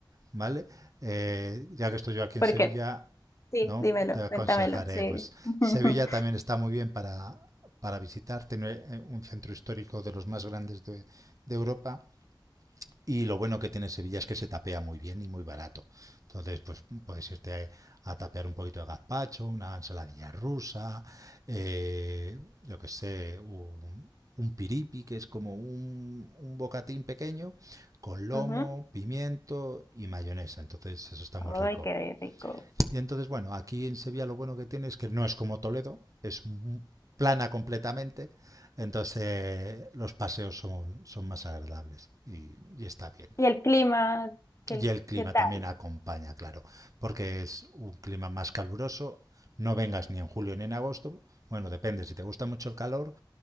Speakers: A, on the right; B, on the left.
A: ¿vale? Eh, ya que estoy yo aquí en
B: ¿Por
A: Sevilla,
B: qué? Sí,
A: ¿no?
B: dímelo,
A: Te aconsejaré,
B: cuéntamelo, sí.
A: pues
B: <laughs>
A: Sevilla también está muy bien para, para visitar, tiene eh, un centro histórico de los más grandes de, de Europa y lo bueno que tiene Sevilla es que se tapea muy bien y muy barato. Entonces, pues puedes irte a a tapear un poquito de gazpacho, una ensaladilla rusa, eh, yo que sé, un, un piripi, que es como un, un bocatín pequeño, con lomo,
B: Ujú.
A: pimiento y mayonesa. Entonces, eso está muy
B: Ay,
A: rico.
B: qué rico.
A: Y entonces, bueno, aquí en Sevilla lo bueno que tiene es que no es como Toledo, es plana completamente, entonces eh, los paseos son, son más agradables y, y está bien.
B: ¿Y el clima? ¿Qué,
A: Y el clima
B: qué tal?
A: también acompaña, claro, porque es un clima más caluroso. No vengas ni en julio ni en agosto. Bueno, depende, si te gusta mucho el calor,